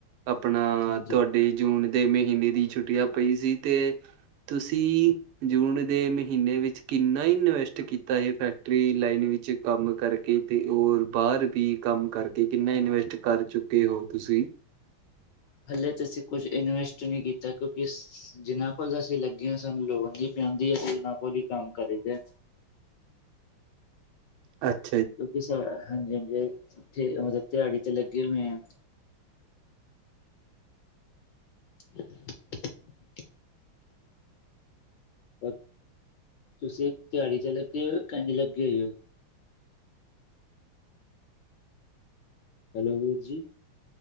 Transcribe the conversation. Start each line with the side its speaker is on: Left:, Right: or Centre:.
Right: ਆਪਣਾ
Left: ਹਾਂਜੀ
Right: ਤੁਹਾਡੇ। ਜੂਨ ਦੇ ਮਹੀਨੇ ਦੀ ਛੁੱਟੀਆਂ ਪਈ ਸੀ ਤੇ ਤੁਸੀਂ ਜੂਨ ਦੇ ਮਹੀਨੇ ਵਿੱਚ ਕਿੰਨਾ ਹੀ ਇਨਵੈਸਟ ਕੀਤਾ ਇਹ ਫੈਕਟਰੀ ਲਾਈਨ ਵਿੱਚ। ਕੰਮ ਕਰਕੇ ਤੇ ਹੋਰ ਬਾਹਰ ਵੀ ਕੰਮ ਕਰਕੇ ਕਿੰਨਾ ਇਨਵੈਸਟ ਕਰ ਚੁੱਕੇ ਹੋ ਤੁਸੀਂ?
Left: ਹਲੇ ਤੇ ਅਸੀਂ ਕੁਝ ਇਨਵੈਸਟ ਨਹੀਂ ਕੀਤਾ ਕਿਉਂਕਿ ਜਿੰਨਾ ਕੋਲ ਅਸੀਂ ਲੱਗੇ ਹਾਂ ਸਾਨੂੰ ਲੋੜ ਨੀ ਪੈਂਦੀ, ਅਸੀ ਉਹਨਾ ਕੋਲ ਹੀ ਕੰਮ ਕਰੀਦਾ।
Right: ਅ
Left: ਕਿਉਕਿ, ਸਰ ਹਾਂਜੀ- ਹਾਂਜੀ ਇੱਥੇ ਇਓ ਦਿਹਾੜੀ ਤੇ ਲੱਗੇ ਹੋਏ ਆ। <inaudible> ਔਰ, ਤੁਸੀਂ ਦਿਹਾੜੀ ਤੇ ਲੱਗੇ ਹੋਏ ਹੋ ਕਿ ਐਵੇਂ ਲੱਗੇ ਹੋਏ ਹੋ? ਹੈਲੋ ਵੀਰ ਜੀ।